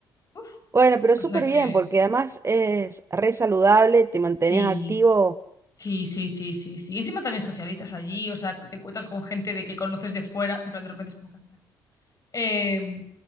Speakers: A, on the left; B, on the right.
A: Uf.
B: Bueno, pero
A: O
B: súper
A: sea que
B: bien, porque además es re saludable, te mantenías
A: sí.
B: activo.
A: Sí, sí, sí, sí, sí. Encima también socializas allí, o sea, te encuentras con gente de que conoces de fuera, en plan de repente es como que haces aquí. Eh,